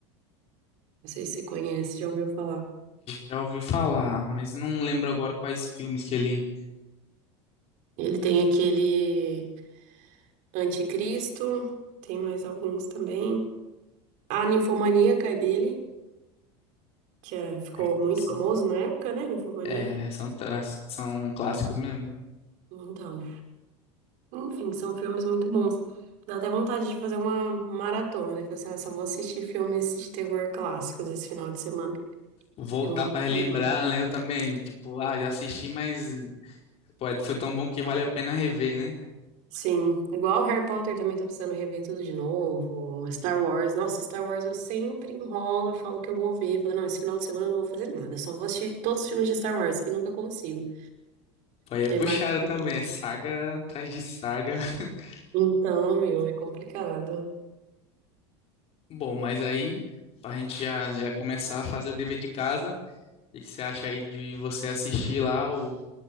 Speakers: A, on the right; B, on the left.
A: Não sei se você conhece, já ouviu falar.
B: Já ouvi falar, mas não lembro agora quais filmes que ele.
A: Ele tem aquele Anticristo, tem mais alguns também. A Ninfomaníaca é dele, que é- ficou
B: É,
A: muito
B: assim,
A: famoso na época, né? Ninfomaníaca.
B: é, são, tra- são clássicos mesmo.
A: Então. Enfim, são filmes muito bons. Dá até vontade de fazer uma maratona, né? Falar assim, nossa, eu vou assistir filmes de terror clássicos esse final de semana,
B: Voltar
A: que é muito
B: para relembrar,
A: legal.
B: né? Eu também, tipo, ah, já assisti, mas pô, é- foi tão bom que vale a pena rever, né?
A: Sim, igual Harry Potter também tô precisando rever tudo de novo. Star Wars, nossa, Star Wars eu sempre enrolo, eu falo que eu vou ver, falo, não, esse final de semana eu não vou fazer nada, eu só vou assistir todos os filmes de Star Wars e nunca consigo,
B: Pô, Aí
A: que
B: é puxado
A: vale a pena.
B: também, é saga atrás de saga. <laughs>
A: Então, meu, é complicado.
B: Bom, mas aí, pra gente já, já começar a fazer o dever de casa, o que que você acha aí de você assistir lá o